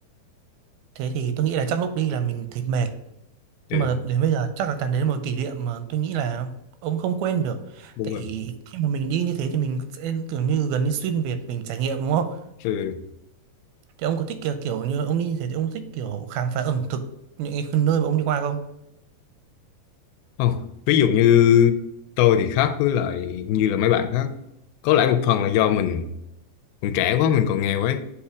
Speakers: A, on the right (about 85°); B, on the left (about 85°).
A: Thế thì tôi nghĩ là chắc lúc đi là mình thấy mệt Nhưng
B: ừ
A: mà đến bây giờ chắc là Tàn đấy là một kỷ niệm mà tôi nghĩ là ông không quên được.
B: buông
A: Tại
B: mình
A: khi mà mình đi như thế thì mình sẽ kiểu như gần như xuyên Việt mình trải nghiệm đúng không?
B: ừ
A: Thì ông có thích kiểu, kiểu như ông đi như thế thì ông có thích kiểu khám phá ẩm thực những cái nơi mà ông đi qua không?
B: không ví dụ như tôi thì khác với lại như là mấy bạn khác có lẽ một phần là do mình mình trẻ quá mình còn nghèo ấy